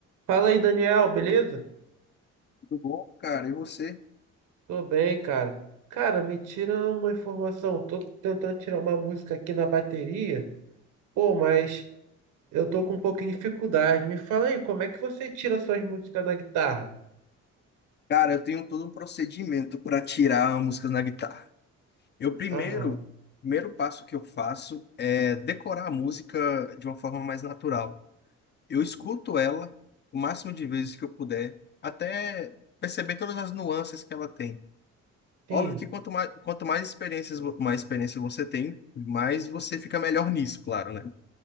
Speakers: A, on the right; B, on the left.
A: Fala aí, Daniel, beleza?
B: Tudo bom, cara? E você?
A: Tô bem, cara. Cara, me tira uma informação. Tô tentando tirar uma música aqui na bateria. Pô, mas eu tô com um pouquinho de dificuldade. Me fala aí, como é que você tira suas músicas da guitarra?
B: Cara, eu tenho todo um procedimento para tirar músicas na guitarra. Eu primeiro,
A: Aham,
B: primeiro passo que eu faço é decorar a música de uma forma mais natural. Eu escuto ela o máximo de vezes que eu puder, até perceber todas as nuances que ela tem.
A: sim,
B: Óbvio que quanto mais, quanto mais experiências, vo- mais experiência você tem, mais você fica melhor nisso, claro, né?